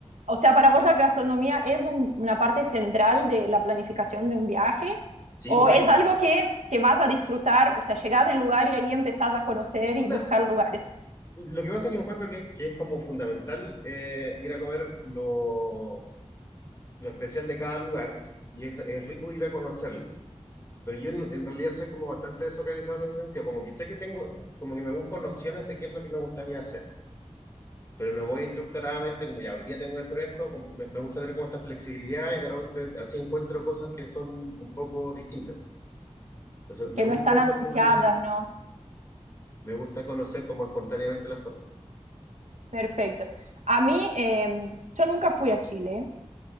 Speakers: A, on the right; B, on the left.
A: O sea, para vos la gastronomía es un- una parte central de la planificación de un viaje,
B: sí,
A: o
B: correcto.
A: es algo que, que vas a disfrutar, o sea, llegás en lugar y ahí empezás a conocer
B: O
A: y
B: sea,
A: buscar lugares
B: lo que pasa es que encuentro que, que es como fundamental eh, ir a comer lo, lo especial de cada lugar y es, es rico ir a conocerlo. Pero yo en, en realidad soy como bastante desorganizado en ese sentido, como que sé que tengo, como que me busco nociones de qué es lo que me gustaría hacer. pero no voy estructuradamente como ya hoy día tengo que hacer esto, como- me, me gusta tener como esta flexibilidad y de repente así encuentro cosas que son un poco distintas. Entonces me
A: que
B: gusta
A: no están
B: eso
A: anunciadas,
B: como de,
A: ¿no?
B: me gusta conocer como espontáneamente las cosas.
A: Perfecto. A mí, eh, yo nunca fui a Chile.